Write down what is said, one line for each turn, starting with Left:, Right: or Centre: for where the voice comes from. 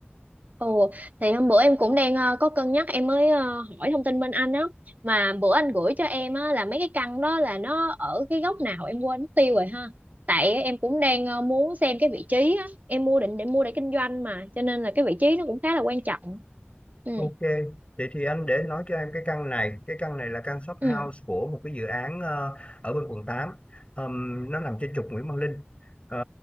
Right: ồ thì hôm bữa em cũng đang ờ, có cân nhắc em mới ờ, hỏi thông tin bên anh á mà bữa anh gửi cho em á là mấy cái căn đó là nó ở cái góc nào em quên mất tiêu rồi ha tại em cũng đang ờ, muốn xem cái vị trí á em mua định để mua để kinh doanh mà cho nên là cái vị trí nó cũng khá là quan trọng ừ
Left: Ok, vậy thì anh để nói cho em cái căn này, cái căn này là căn shop house
Right: ừ
Left: của một cái dự án ờ, ở bên quận 8. Ờm, nó nằm trên trục Nguyễn Văn Linh. Ờ,